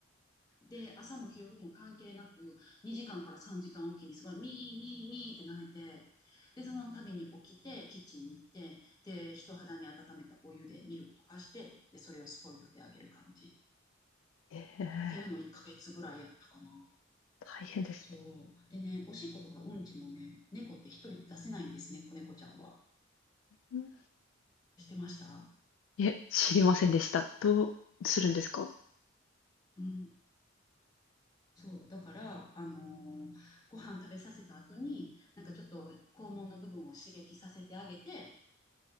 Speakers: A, on the left; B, on the left.
A: で、朝も夜も関係なく、2時間から3時間おきにすごい、ミーミーミーって泣いて、で、その度に起きて、キッチンに行って、で、人肌に温めたお湯でミルク溶かして、で、それをスポイトであげる感じ。っ
B: ええ、
A: ていうのを1ヶ月ぐらいやったかな。
B: 大変ですね。
A: そう。でね、おしっことかうんちもね、猫って一人出せないんですね、子猫ちゃんは。
B: うん。
A: してました
B: いえ、知りませんでした。どうするんですか
A: うん。そう。だから、あのーご飯食べさせた後に、なんかちょっと肛門の部分を刺激させてあげて、